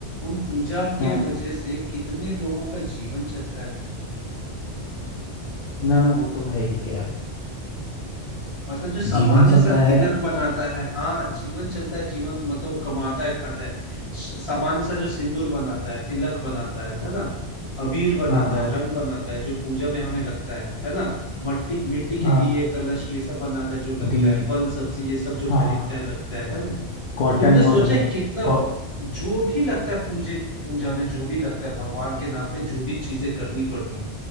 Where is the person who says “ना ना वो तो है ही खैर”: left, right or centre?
Left